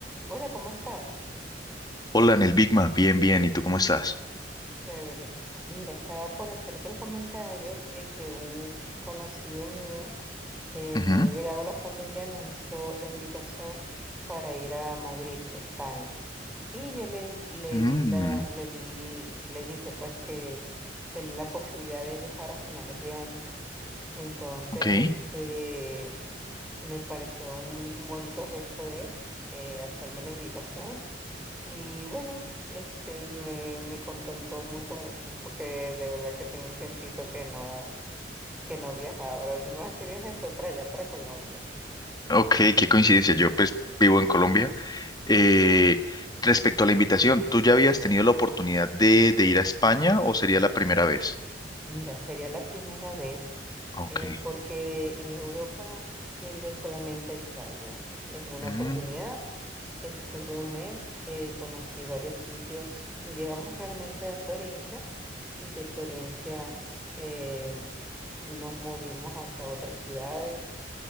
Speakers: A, in the centre; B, on the left (about 25°).
A: Hola, ¿cómo estás?
B: Hola, en el Bigma, bien, bien, ¿y tú cómo estás?
A: Chévere. Mira, estaba por hacerte el comentario de que un conocido mío, eh,
B: Ujú.
A: muy allegado a la familia, nos hizo la invitación para ir a Madrid, España. Y yo le, le
B: Mm,
A: di la, le di, le dije pues que tenía la posibilidad de viajar a finales de año. Entonces,
B: ok,
A: este, me pareció un, un bonito gesto de él, eh, hacerme la invitación. Y bueno, este me, me contentó mucho, mucho, porque de verdad que tenía un tiempito que no, que no viajaba. La última vez que viajé fue para allá, para Colombia.
B: ok, qué coincidencia, yo pues vivo en Colombia. Eh, respecto a la invitación, ¿tú ya habías tenido la oportunidad de, de ir a España o sería la primera vez?
A: Mira, sería la primera vez,
B: Ok.
A: eh, porque en Europa he ido solamente a Italia. En una
B: Mm,
A: oportunidad estuve un mes, eh, conocí varios sitios. Llegamos realmente a Florencia y de Florencia eh, nos movimos hacia otras ciudades